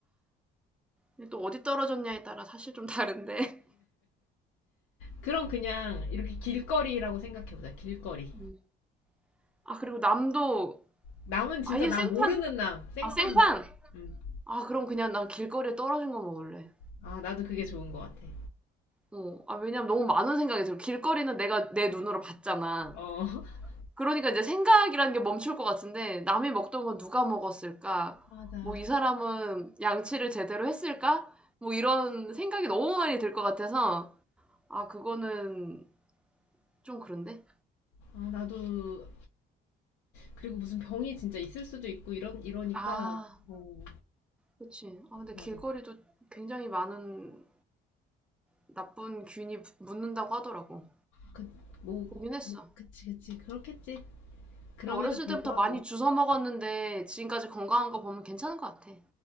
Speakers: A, in the centre; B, on the left (about 85°).
A: 근데 또 어디 떨어졌냐에 따라 사실 좀 다른데.
B: 그럼 그냥 이렇게 길거리라고 생각해보자, 길거리.
A: <laughs> 음. 아, 그리고 남도
B: 남은 진짜
A: 아예
B: 나
A: 생판,
B: 모르는 남, 생판
A: 아, 생판!
B: 남. 음.
A: 아, 그럼 그냥 난 길거리에 떨어진 거 먹을래.
B: 아, 나도 그게 좋은 것 같아.
A: 어. 아, 왜냐면 너무 많은 생각이 들어. 길거리는 내가 내 눈으로 봤잖아.
B: 어, <laughs>
A: 그러니까 이제 생각이라는 게 멈출 것 같은데, 남이 먹던 건 누가 먹었을까?
B: 맞아.
A: 뭐, 이 사람은 양치를 제대로 했을까? 뭐, 이런 생각이 너무 많이 들 것 같아서, 아, 그거는 좀 그런데?
B: 아, 나도, 그리고 무슨 병이 진짜 있을 수도 있고, 이런, 이러니까,
A: 아,
B: 어,
A: 그치. 아, 근데
B: 맞아.
A: 길거리도 굉장히 많은 나쁜 균이 묻는다고 하더라고.
B: 그, 뭐,
A: 보긴 했어.
B: 뭐, 그치, 그치. 그렇겠지. 그럼에도
A: 어렸을
B: 불구하고.
A: 때부터 많이 주워 먹었는데 지금까지 건강한 거 보면 괜찮은 것 같아.